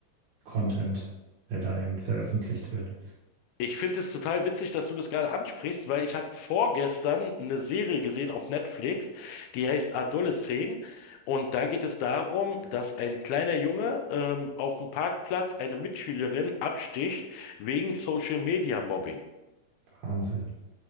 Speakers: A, on the right (about 65°); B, on the left (about 80°).
A: Content, der da eben veröffentlicht wird.
B: Ich finde es total witzig, dass du das gerade ansprichst, weil ich habe vorgestern eine Serie gesehen auf Netflix, die heißt Adolescent. Und da geht es darum, dass ein kleiner Junge ähm, auf dem Parkplatz eine Mitschülerin absticht wegen Social Media Mobbing.
A: Wahnsinn.